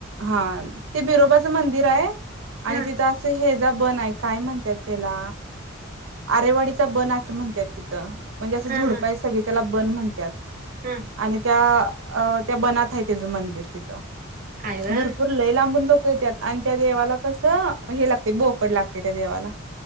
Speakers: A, on the right; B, on the right.
A: हा ते बिरोबाचं मंदिर आय आणि
B: हा
A: तिथं असं हेजा बन आहे काय म्हणत्यात त्याला आरेवाडीचा बन असं म्हणत्यात तितं म्हणजे असं
B: हा
A: झुडपाय
B: हा
A: सगळी त्याला बन म्हणत्यात
B: हा
A: आणि त्या अ.. त्या बनात हाय तेजं मंदिर तिथं
B: हाय व्हय
A: भरपूर लय लांबून लोकं लोकं येत्यात आणि त्या देवाला कसं हे लागतंय बोकड लागतंय त्या देवाला